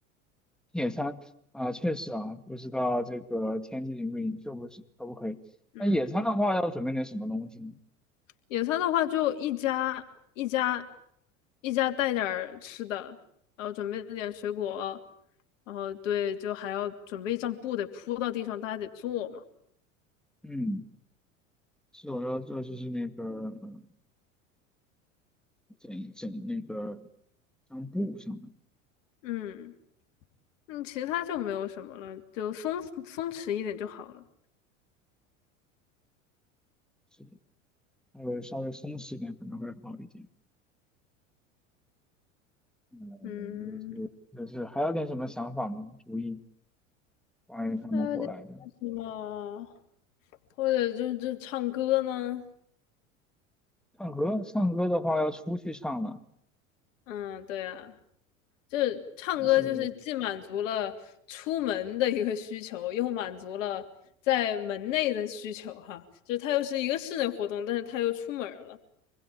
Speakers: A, in the centre; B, on the left.
A: 野餐啊，确实啊，不知道这个天气允不允许，不是可不可以？
B: 嗯。
A: 那野餐的话，要准备点什么东西呢？
B: 野餐的话，就一家一家一家带点儿吃的，然后准备点水果，然后对，就还要准备一张布得铺到地上，大家得坐嘛。
A: 嗯，是我要做就是那个，嗯，整整那个像布上的，
B: 嗯嗯，其他就没有什么了，就松松弛一点就好了。
A: 是的，还有稍微松弛一点可能会好一点。嗯，
B: 嗯，
A: 就是就是还有点什么想法吗？主意关于他们过来的
B: 还有点什么，或者就就唱歌呢？
A: 唱歌，唱歌的话要出去唱了，
B: 嗯，对啊。就是唱歌，
A: 还是
B: 就是既满足了出门的一个需求，又满足了在门内的需求哈。就是它又是一个室内活动，但是它又出门了。